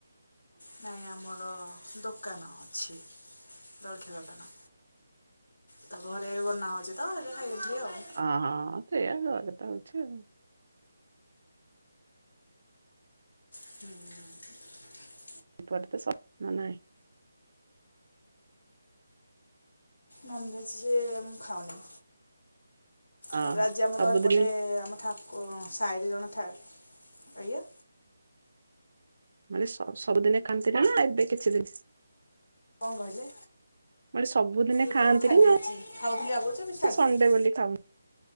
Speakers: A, on the left (about 80°); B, on the right (about 55°).
A: ନାଇଁ ଆମର ଦୋକାନ ଅଛି ଜଳଖିଆ ଦୋକାନ। ତ ଘରେ ବନା ହଉଛି ତ ସେଇଥିପାଇଁ ଖାଇଦେଇଥିଲି ଆଉ।
B: ଅ ହଁ ସେୟା ଘରେ ତ ହଉଛି ଆଉ।
A: ହୁଁ।
B: ଏପଟେ ତ ସପ୍ନ ନାହିଁ।
A: ନନ୍‌ ଭେଜ୍ ଯେ ମୁଁ ଖାଉନି।
B: ଅହ
A: ତାପରେ ଆଜି ଆମର
B: ସବୁଦିନି
A: ଏ ପଟେ ଆମ ଠାକୁ ଶାଇରେ ଜଣେ ଠାକୁ ଆଜ୍ଞା।
B: ମାନେ ସବ୍ ସବୁଦିନେ ଖାନ୍ତି ନା ଏବେ କିଛି ଦିନ୍?
A: କଣ କହିଲେ?
B: ମୁଁ କହିଲି ସବୁଦିନେ
A: ଏବେ
B: ଖାଆନ୍ତିନି
A: ଛାଡ଼ି
B: ନା
A: ଦେଇଛି ଖାଉଥିଲି ଆଗରୁଯେ ଏବେ ଛାଡ଼ି
B: ସଣ୍ଡେ
A: ଦେଇଛି।
B: ବୋଲି ଖାଉନି